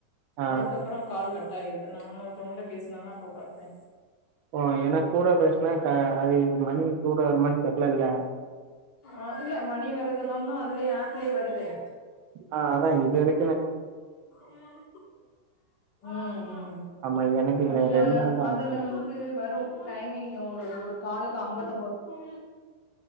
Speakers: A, on the right; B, on the left.
A: ஆ
B: அதுக்கப்புறோ கால் கட் டாயிருது நானு ஒருத்தவங்கள்ட்ட பேசுனனா அப்போ பாத்தே.
A: ஓ ஏனா கூட பேசுனா க அது மணி கூட வருமான் தெர்லல்ல.
B: ஆ இல்ல மணி வர்றதெல்லாந்தா அதுலியே ஆப்லியே வருதே.
A: ஆ அதா இதுவரை
B: ம் ம்.
A: ஆமா எனக்கு இந்த
B: அதுல
A: ரெண்டு நாள் தா
B: அதுல
A: ஆச்சு
B: வந்து ட்டு வரு டைமிங் ஒரு ஒரு காலுக்கு அம்பத்தொம்போது